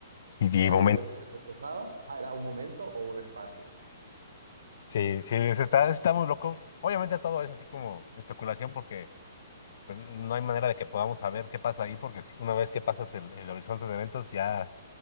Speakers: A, on the left; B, on the right.
A: Y
B: y
A: de
B: cada
A: momento.
B: lugar que se desplazaba ajá, era un momento o un espacio.
A: Sí, sí, se está, está muy loco. Obviamente todo es así como especulación porque pues no hay manera de que podamos saber qué pasa ahí, porque si una vez que pasas el, el horizonte de eventos, ya,